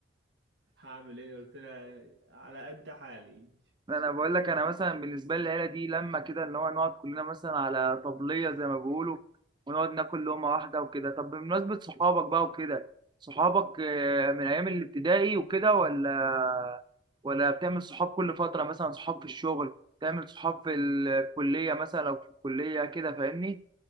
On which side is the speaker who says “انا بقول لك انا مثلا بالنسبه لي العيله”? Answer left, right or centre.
Right